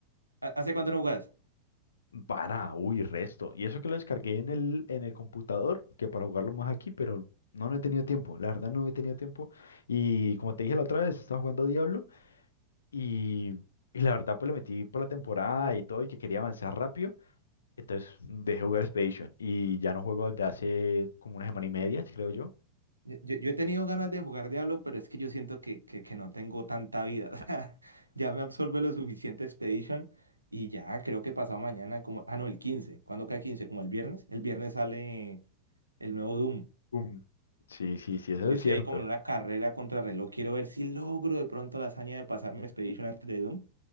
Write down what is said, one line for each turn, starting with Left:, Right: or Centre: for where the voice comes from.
Right: ¿Ha- ¿Hace cuánto no jugás?
Left: Pana, uy, resto. Y eso que lo descargué en el, en el computador, que para jugarlo más aquí, pero no, no he tenido tiempo. La verdad no he tenido tiempo. Y como te dije la otra vez, estaba jugando Diablo y, y la verdad pues le metí por la temporada y todo y que quería avanzar rápido. Entonces dejé jugar Expedition y ya no juego desde hace como una semana y media, creo yo.
Right: Yo, yo- yo he tenido ganas de jugar Diablo, pero es que yo siento que, que, que no tengo tanta vida. <laughs> O sea, ya me absorbe lo suficiente Expedition y ya creo que pasado mañana, como, ah, no, el 15. ¿Cuándo cae 15? Como el viernes. El viernes sale el nuevo Doom.
Left: Um, Sí, sí, sí, eso
Right: Yo
Left: es
Right: estoy
Left: cierto.
Right: ahí como en una carrera contrarreloj. Quiero ver si logro de pronto la hazaña de pasarme Expedition antes de Doom.